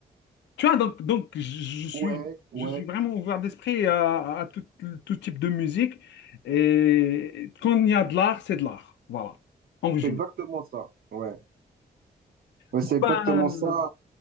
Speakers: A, on the left (about 80°); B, on the right (about 60°).
A: Tu vois, donc, donc je je suis,
B: ouais, ouais.
A: je suis vraiment ouvert d'esprit à, à tout, tout type de musique. Et quand il y a de l'art, c'est de l'art. Voilà, en résumé.
B: C'est exactement ça. Ouais, ouais,
A: Bon,
B: c'est exactement
A: ben,
B: ça.